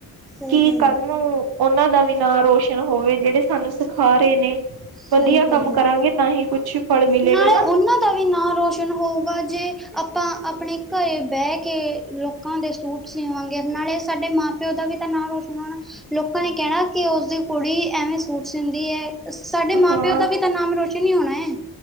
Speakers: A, in the centre; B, on the right.
A: ਸਹੀ
B: ਕੀ
A: ਗੱਲ
B: ਕੱਲ
A: ਏ
B: ਨੂੰ ਉਹਨਾਂ ਦਾ ਵੀ ਨਾਂ ਰੋਸ਼ਨ ਹੋਵੇ ਜਿਹੜੇ ਸਾਨੂੰ ਸਿਖਾ ਰਹੇ ਨੇਂ।
A: ਸਹੀ
B: ਵਧੀਆ ਕੰਮ
A: ਗੱਲ
B: ਕਰਾਂਗੇ
A: ਏ।
B: ਤਾਂ ਹੀ ਕੁਛ ਫਲ ਮਿਲੇਗਾ
A: ਨਾਲੇ
B: ਨਾ
A: ਉਹਨਾਂ ਦਾ ਵੀ ਨਾਂ ਰੌ ਰੋਸ਼ਨ ਹੋਊਗਾ ਜੇ ਆਪਾਂ ਆਪਣੇ ਘਰੇ ਬਹਿ ਕੇ ਲੋਕਾਂ ਦੇ ਸੂਟ ਸਿਵਾਂਗੇ, ਨਾਲੇ ਸਾਡੇ ਮਾਂ-ਪਿਓ ਦਾ ਵੀ ਤਾਂ ਨਾਂ ਰੋਸ਼ਨ ਹੋਣਾ। ਲੋਕਾਂ ਨੇ ਕਹਿਣਾ ਕਿ ਉਸਦੀ ਕੁੜੀ ਐਵੇਂ ਸੂਟ ਸੀਂਦੀ ਐ। ਸਾਡੇ ਮਾਂ-ਪਿਓ
B: ਹਾਂ
A: ਦਾ ਵੀ ਤਾਂ ਨਾਮ ਰੋਸ਼ਨ ਈ ਹੋਣਾ ਐ।